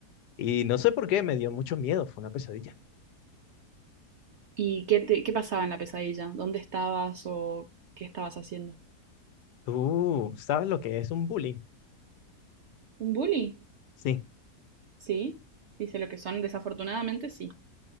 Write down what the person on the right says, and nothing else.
¿Y qué te, qué pasaba en la pesadilla? ¿Dónde estabas o qué estabas haciendo?
¿Un bully?
Sí, sí, sé lo que son. Desafortunadamente, sí.